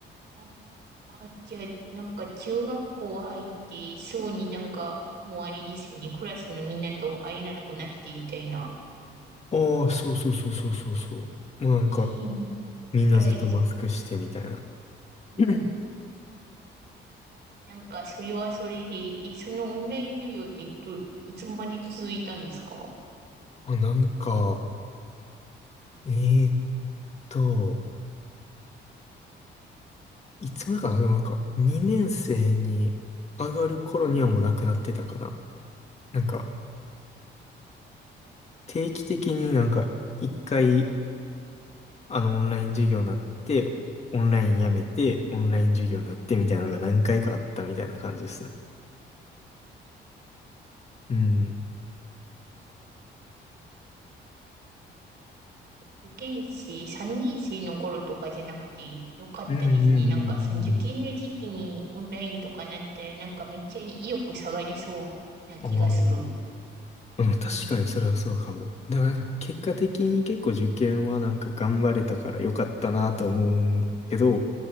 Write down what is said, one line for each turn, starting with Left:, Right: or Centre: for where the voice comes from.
Right: あ、あじゃあ、なんか中学校入ってすぐになんかもうあれですよね。クラスのみんなと会えなくなってみたいな。
Left: ああ、そうそうそうそうそうそう。もうなんか、
Right: ええめっ
Left: みんなずっとマスクしてみたいな。
Right: ちゃ辛いです。うん。
Left: <clears throat>
Right: なんかそれはそれで、え、そのオンライン授業ってど、いつまで続いたんですかは
Left: あ、なんか、えーっと、いつまでかな、でもなんか、2年生に上がる頃にはもうなくなってたかな。
Right: い
Left: なんか、定期的になんか、一回、あの、オンライン授業になって、オンラインやめて、
Right: はい。
Left: オンライン授業になってみたいなのが何回かあったみたいな感じですね。うん。
Right: 受験生、3年生の頃とかじゃなくてよかったですね。
Left: うんうんうんうんうん。
Right: なんかその受験の時期にオンラインとかなったらなんかめっちゃ意欲下がりそうな気がする。
Left: ああ、うん、確かにそれはそうかも。
Right: うん
Left: でもなんか結果的に結構受験はなんか頑張れたから良かったなと思うんけど、